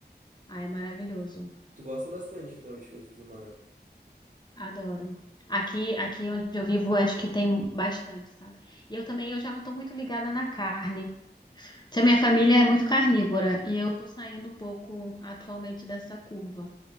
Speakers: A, on the left (about 25°); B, on the right (about 50°).
A: Ah, é maravilhoso.
B: Tu gosta bastante então de frutos do mar.
A: Adoro. Aqui, aqui onde eu vivo, acho que tem bastante, sabe? E eu também, eu já não estou muito ligada na carne. Se a minha família é muito carnívora e eu estou saindo um pouco atualmente dessa curva.